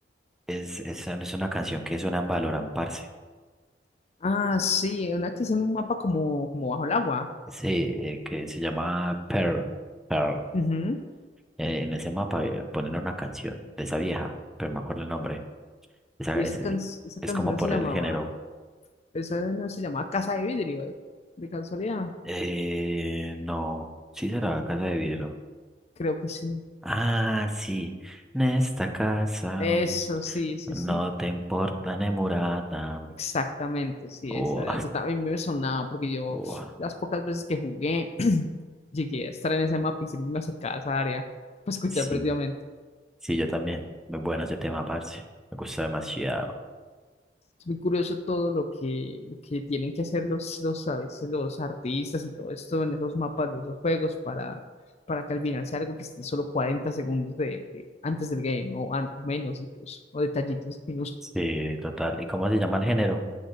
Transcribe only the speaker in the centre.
es, es, es una canción que suena en Valorant, parce.
Sí, eh, que se llama Pearl. Pearl.
Eh, en ese mapa eh, ponen una canción de esa vieja, pero no me acuerdo el nombre. Esa,
es, es
es
como
por
el género.
Eh, no, sí será Casa de Vidrio.
Ah, sí, en esta casa
no
te importa ni murata.
O
Oh,
sí,
sí, yo también. Muy bueno ese tema, parce. Me gusta demasiado.
Sí, total. ¿Y cómo se llama el género?